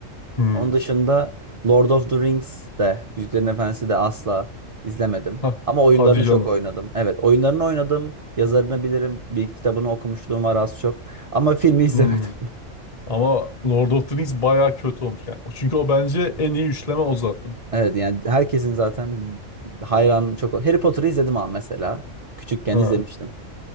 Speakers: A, on the left; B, on the right.
A: Hı.
B: Onun dışında Lord of the Rings de Yüzüklerin Efendisi de asla izlemedim.
A: Hah.
B: Ama oyunlarını
A: Hadi canım.
B: çok oynadım. Evet, oyunlarını oynadım. Yazarını bilirim. Bir iki kitabını okumuşluğum var az çok. Ama filmi <laughs> izlemedim.
A: Hı. Ama Lord of the Rings bayağı kötü olmuş yani. Çünkü o bence en iyi üçleme o zaten.
B: Evet yani herkesin zaten hayran çok. Harry Potter'ı izledim ama mesela. Küçükken
A: Ha.
B: izlemiştim.